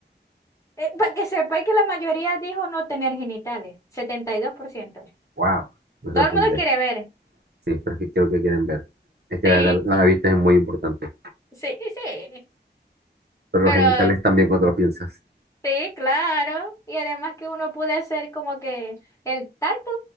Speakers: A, on the left; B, on the right.
A: eh, para que sepáis que la mayoría dijo no tener genitales, 72%.
B: ¡Wow! Me
A: Todo
B: sorprende.
A: el mundo quiere ver.
B: Sí, pero es que creo que quieren ver. Es que
A: Sí,
B: la, la vista es muy importante.
A: sí, sí.
B: Pero
A: Pero
B: los genitales también cuando lo piensas.
A: sí, claro. Y además que uno puede hacer como que el tacto,